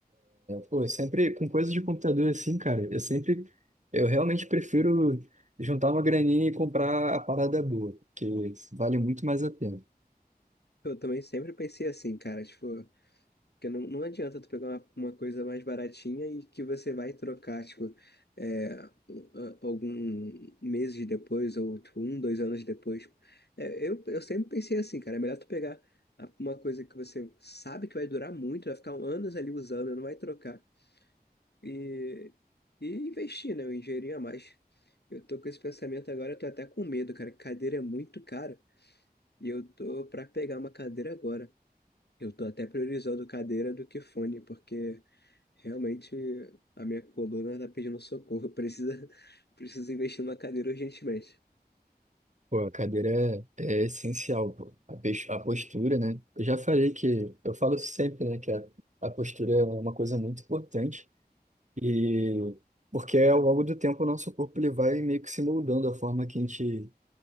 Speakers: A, on the right; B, on the left.
A: Pô, eu sempre com coisa de computador assim, cara, eu sempre, eu realmente prefiro juntar uma graninha e comprar a parada boa, porque vale muito mais a pena.
B: Eu também sempre pensei assim, cara, tipo, que não, não adianta tu pegar uma, uma coisa mais baratinha e que você vai trocar, tipo, é, a- algum meses depois, ou tipo, um, dois anos depois. É, eu, eu sempre pensei assim, cara, é melhor tu pegar a- uma coisa que você sabe que vai durar muito, vai ficar anos ali usando, não vai trocar e, e investir, né? Eu ingerir a mais. Eu tô com esse pensamento agora, eu tô até com medo, cara. que Cadeira é muito cara e eu tô pra pegar uma cadeira agora. Eu tô até priorizando cadeira do que fone, porque realmente a minha coluna tá pedindo socorro. Eu Precisa, <laughs> preciso investir numa cadeira urgentemente.
A: Pô, a cadeira é, é essencial, pô. A, pes- a postura, né? Eu já falei que, eu falo sempre, né, que a, a postura é uma coisa muito importante. E porque ao longo do tempo o nosso corpo ele vai meio que se moldando a forma que a gente